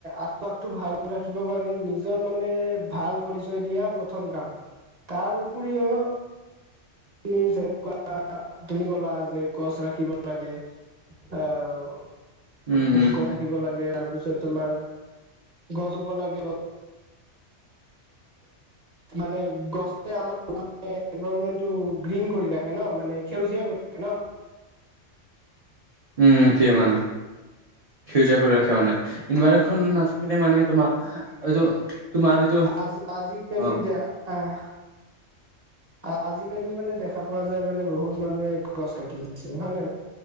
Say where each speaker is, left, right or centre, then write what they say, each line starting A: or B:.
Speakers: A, on the right (about 40°); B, on the right (about 60°).
A: আশ পাশটো ভাল ৰাখিব কাৰণে নিজৰ মানে ভাল পৰিচয় দিয়া প্ৰথম কাম। তাৰ উপৰিও তুমি যে ক'লা তুমি ক'লে যে গছ ৰাখিব লাগে। অ'
B: উম
A: উ
B: উম
A: গছ ৰাখিব লাগে তাৰ পিছত তোমাৰ গছ ৰুব লাগে। মানে গছে আমাক মানে এনভাৰমেন্টটো গ্ৰীণ কৰি ৰাখে ন, মানে সেউজীয়া কৰি ৰাখে ন'।
B: উম, থিয়ে মানে। ফিউজাৰ কৰি ৰাখে মানে। ইনভাৰখন নাথাকিলে মানে তোমাৰ হয়তো তোমাৰ এইটো
A: আজি-আজি কেলি
B: অ
A: দে আহ আ-আজিকালি মানে দেখা পোৱা যায় মানে বহুত মানুহে গছ কাটি আছে হয় নে নহয়?